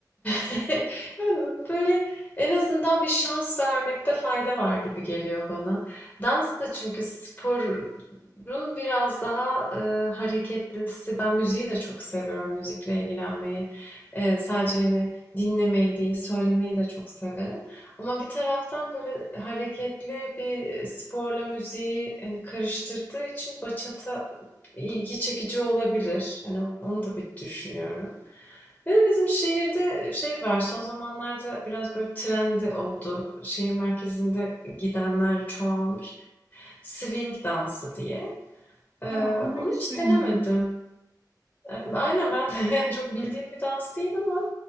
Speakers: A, on the left; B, on the right.
A: <laughs> Yani, böyle, en azından bir şans vermekte fayda var gibi geliyor bana. Dans da çünkü sporun biraz daha, eee, hareketlisi. Ben müziği de çok seviyorum, müzikle ilgilenmeyi. Eee, sadece, hani, dinlemeyi değil, söylemeyi de çok severim. Ama bir taraftan, böyle, hareketli bir sporla müziği, hani, karıştırdığı için bachata ilgi çekici olabilir. Yani onu da bir düşünüyorum. Bir de bizim şehirde şey var, son zamanlarda biraz böyle trend oldu. Şehir merkezinde gidenler çoğalmış. Swing dansı diye. Ee,
B: Aa, onu
A: onu
B: hiç
A: hiç
B: duymadım.
A: denemedim. Ee, aynen ben de <laughs> yani çok bildiğim bir dans değil ama